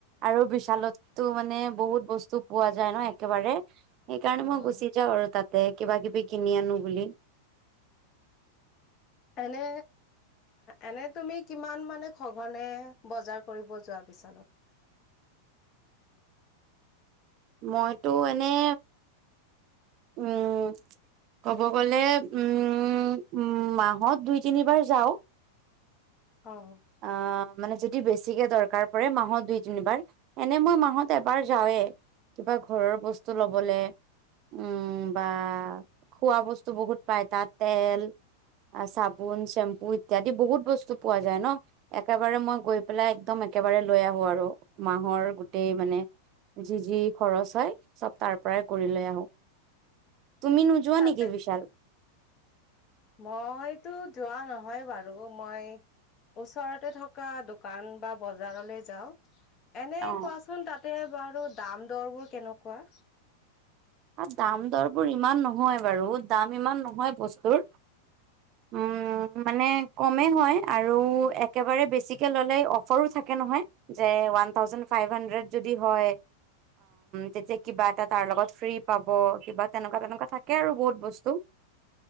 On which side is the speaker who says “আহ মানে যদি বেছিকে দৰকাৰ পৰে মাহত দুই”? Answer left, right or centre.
Right